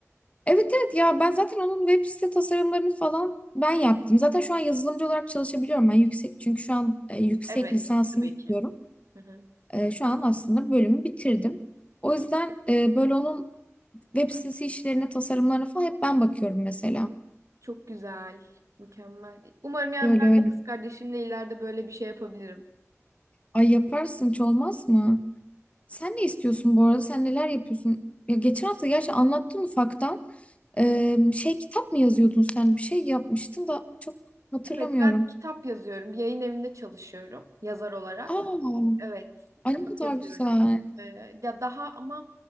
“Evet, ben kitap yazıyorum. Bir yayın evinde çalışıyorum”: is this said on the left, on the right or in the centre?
Right